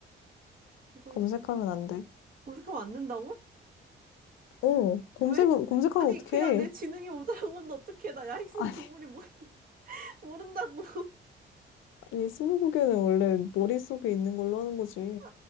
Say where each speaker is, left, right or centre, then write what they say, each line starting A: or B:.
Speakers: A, on the right; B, on the left.
A: 뭐가
B: 검색하면
A: 있을까?
B: 안 돼.
A: 검색하면 안 된다고?
B: 어, 검색을,
A: 왜?
B: 검색하면
A: 아니
B: 어떡해.
A: 그냥 내 지능이
B: <laughs>
A: 모자란 건데 어떻게 나 야행성
B: 아니,
A: 동물이 뭐가 있는 <laughs> 모른다고?
B: 아니, 스무고개는 원래 머릿속에 있는 걸로 하는 거지.
A: <laughs>